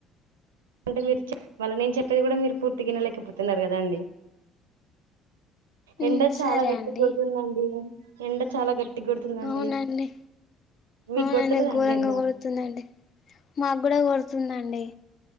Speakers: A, on the right; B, on the left.
A: అంటే మీరు మళ్ళీ నేను చెప్పేది కూడా మీరు పూర్తి వినలేకపోతున్నారు కదా అండి. ఎండ
B: మ్
A: చాలా
B: సరే
A: గట్టిగా
B: అండి
A: కొడుతుందండి ఎండ చాలా గట్టి గట్టిగా కొడుతుందండి.
B: అవునండి
A: మీకు
B: అవునండి
A: కొడతలేదండి
B: ఘోరంగా
A: ఎండ
B: కొడుతుందండి మాకు కూడా కొడుతుందండి.